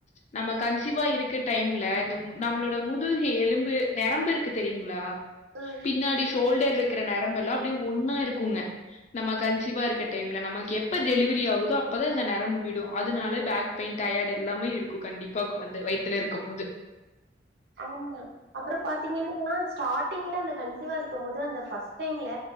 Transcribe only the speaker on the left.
நம்ம கன்சிவா இருக்க டைம்ல இந்த நம்மளோட முதுக எலும்பு நெரம்பு இருக்கு தெரியுங்களா
பின்னாடி ஷோல்டர் இருக்கிற நரம்பெல்லா அப்டியே ஒன்னா இருக்குங்க நம்ம கன்சீவா இருக்க டைம்ல நமக்கு எப்ப டெலிவரி ஆகு தோ அப்பதா இந்த நரம்பு விடும் அதுனால பேக் பெய்ன் டயர்ட் எல்லாமே இருக்கும் கண்டிப்பா கொழந்த வயித்துல இருக்கும் போது